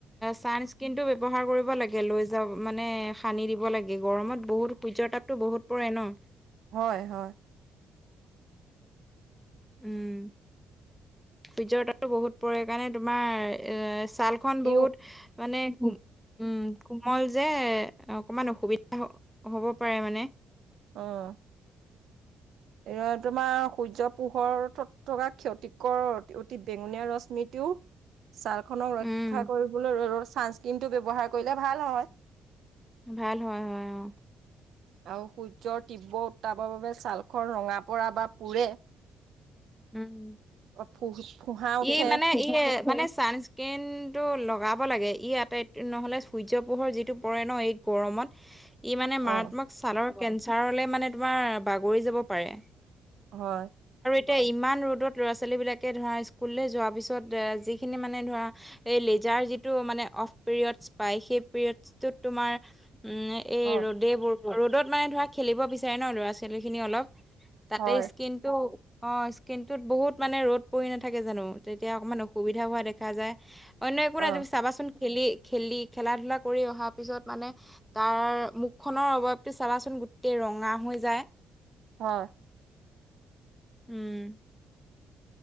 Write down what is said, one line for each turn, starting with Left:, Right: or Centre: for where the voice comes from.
Centre: ছানস্ক্ৰীণটো ব্যৱহাৰ কৰিব লাগে লৈ যা মানে সানি দিব লাগে গৰমত বহুত সূৰ্যৰ তাপতটো বহুত পৰে ন
Right: হয় হয়
Centre: উম সূৰ্য তাপটো বহুত পৰে সেইকাৰণে তোমাৰ এ ছাল খ বহুত
Right: ইউ
Centre: মানে উম কোমল যে অকমান অসুবিধা হ'ব পাৰে মানে
Right: অহ
Centre: <inaudible>
Right: এ তোমাৰ সূৰ্য পোহৰত থকা ক্ষতিকৰ অতি বেঙুনীয়া ৰশ্মিটো
Centre: <inaudible>
Right: ছাল খক ৰক্ষা
Centre: উম
Right: কৰিবলৈ ৰ ৰ ছানস্ক্ৰীনটো ব্যৱহাৰ কৰিলে ভাল হয়
Centre: ভাল হয় হয় অ
Right: আৰু সূৰ্যৰ তীব্ৰ উত্তাপৰ বাবে ছালখৰ ৰঙা পৰা বা পোৰে
Centre: উম
Right: ফু ফুহা উঠে
Centre: এই মানে মানে ছানস্ক্ৰীণ টো লগাব লাগে ই আটাইত নহ'লে সূৰ্য পোহৰ যিটো পৰে ন এই গৰমত ই মানে মাৰাত্মক
Right: অ
Centre: ছালৰ কেঞ্চাৰলে মানে তোমাৰ বাগৰি যাব পাৰে
Right: হয়
Centre: এতি ইমান ৰ'ত ল'ৰা ছোৱালী বিলাকে ধৰা স্কুললে যোৱাৰ পিছত যিখিনি মানে ধৰা এই লেজাৰ যিটো মানে অফ পিৰিয়ডছ পায় সেই পিৰিয়ডছটোত তোমাৰ উম এই
Right: অ
Centre: ৰ'দবোৰ ৰ'দত মানে ধৰক খেলিব বিচাৰে ন ল'ৰা ছোৱালীখিনি অলপ। তাতে
Right: হয়
Centre: স্কিনটো অ স্কিনতটোত বহুত মানে ৰ'দ পৰি না থাকে জানো তেতিয়া অকণমান অসুবিধা হোৱা দেখা যায়, অন্য একো নাই
Right: অ
Centre: চাবাচোন খেলি খেলি খেলা ধলা কৰি অহা পিছত মানে তাৰ মুখ খনৰ অভাৱটো চাবাচোন গোটেই ৰঙা হৈ যায়।
Right: হয়।
Centre: উম।